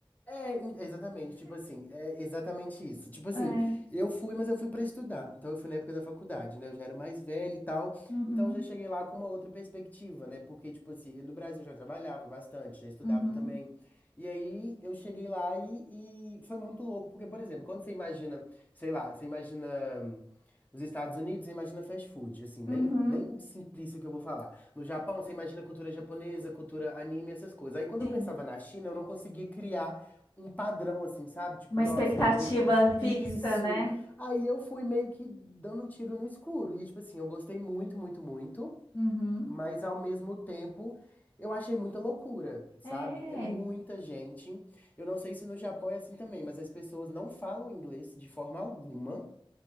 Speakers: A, on the left; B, on the left.
A: É, em- exatamente, tipo assim, é exatamente isso. Tipo assim,
B: É.
A: eu fui, mas eu fui para estudar. Então eu fui na época da faculdade, né? Eu já era mais velho e tal.
B: Uhum,
A: Então já cheguei lá com uma outra perspectiva, né? Porque, tipo assim, no Brasil eu já trabalhava bastante, já estudava
B: uhum,
A: também. E aí eu cheguei lá e, e foi muito louco, porque, por exemplo, quando você imagina, sei lá, você imagina hum, os Estados Unidos, você imagina fast food, assim, bem,
B: uhum.
A: bem simplista o que eu vou falar. No Japão, você imagina cultura japonesa, cultura anime, essas coisas. Aí quando
B: Sim.
A: eu pensava na China, eu não conseguia criar um padrão, assim, sabe? Tipo,
B: Uma
A: nossa,
B: expectativa
A: eu vou ir pra
B: fixa,
A: isso.
B: né?
A: Aí eu fui meio que dando um tiro no escuro. E, tipo assim, eu gostei muito, muito, muito.
B: Uhum.
A: Mas ao mesmo tempo, eu achei muita loucura, sabe?
B: É,
A: É muita gente. Eu não sei se no Japão é assim também, mas as pessoas não falam inglês de forma alguma.